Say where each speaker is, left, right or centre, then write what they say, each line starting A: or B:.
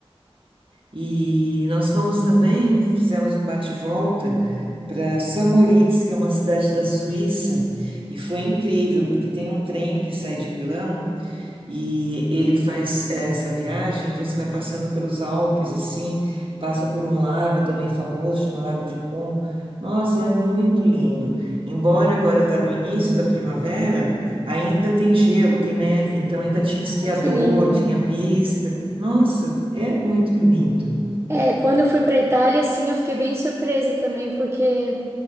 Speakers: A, on the right; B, on the right.
A: E nós fomos também, fizemos um bate-volta para Samoritz, que é uma cidade da Suíça, e foi incrível, porque tem um trem que sai de Milão. E ele faz essa viagem, você vai passando pelos Alpes, assim, passa por um lago também famoso, chama Lago de Como. Nossa, é muito lindo. Embora agora está no início da primavera, ainda tem gelo, tem neve, então ainda tinha esquiador,
B: Ah, que lindo.
A: tinha pista. Nossa, é muito bonito.
B: É, quando eu fui para Itália, sim, eu fiquei bem surpresa também, porque